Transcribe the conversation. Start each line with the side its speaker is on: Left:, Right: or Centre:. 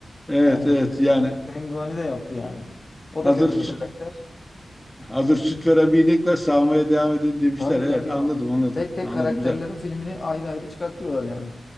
Centre: evet
Left: Yani
Centre: evet yani
Left: pengueni de yaptı yani. O
Centre: hazır
Left: da kötü
Centre: süt
Left: bir karakter.
Centre: hazır süt veren bir inek var sağmaya devam edelim demişler.
Left: Tabii
Centre: Evet
Left: tabii
Centre: anladım
Left: ya.
Centre: anladım.
Left: Tek tek
Centre: Anladım
Left: karakterlerin
Centre: güzel.
Left: filmini ayrı ayrı çıkartıyorlar yani.